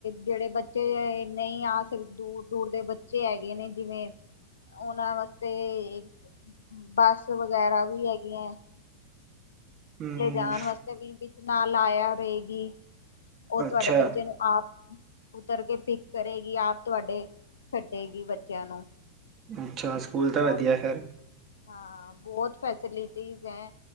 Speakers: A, on the left (about 75°); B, on the right (about 35°).
A: ਜਿਹੜੇ ਬੱਚੇ ਨਈ ਆ ਸਕਦੇ ਦੂਰ-ਦੂਰ ਦੇ ਬੱਚੇ ਹੈਗੇ ਨੇ ਜਿਵੇਂ। ਉਹਨਾਂ ਵਾਸਤੇ ਇਕ ਬੱਸ ਵਗੈਰਾ ਵੀ ਹੈਗੀਆਂਐ।
B: ਹੂੰ
A: ਲਜਾਣ ਵਾਸਤੇ ਵੀ। ਵਿੱਚ ਨਾਲ ਆਇਆ ਰਹੇਗੀ ਉਹ ਤੁਹਾਡੇ
B: ਅੱਛਾ
A: ਬੱਚੇ ਨੂੰ। ਆਪ ਉਤਰ ਕੇ ਪਿਕ ਕਰੇਗੀ, ਆਪ। ਤੁਹਾਡੇ ਛੱਡੇਗੀ ਬੱਚਿਆਂ ਨੂੰ,
B: ਅੱਛਾ ਸਕੂਲ ਤਾਂ
A: ਹੋਰ।
B: ਵਧੀਆ ਫਿਰ
A: ਹਾਂ ਬਹੁਤ ਫੈਸਿਲਿਟੀਜ਼ ਐ।